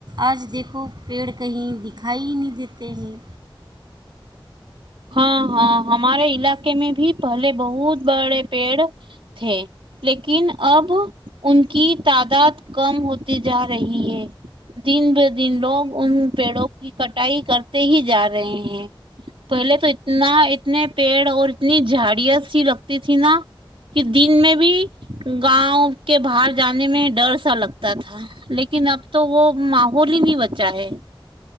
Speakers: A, on the right (about 55°); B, on the right (about 75°).
A: آج دیکھ کو پیڑ کہیں دکھائی ہی نہیں دیتا تین
B: ہاں ہاں ہمارے علاقے میں بھی پہلے بہت بڑے پیڑ تھے لیکن اب ان کی تعداد کم ہوتی جا رہی رہی ہے دن دن لوگ ان پیڑوں کی کٹائی کرتے ہی جا رہے ہیں پہلے تو اتنا اتنے پیڑ اور اتنی جھاڑیت سی لگتی تھی نا کہ دن میں بھی گاؤں کے باہر جانے میں ڈر سا لگتا تھا لیکن اب تو وہ ماحول ہی نہیں بچا ہے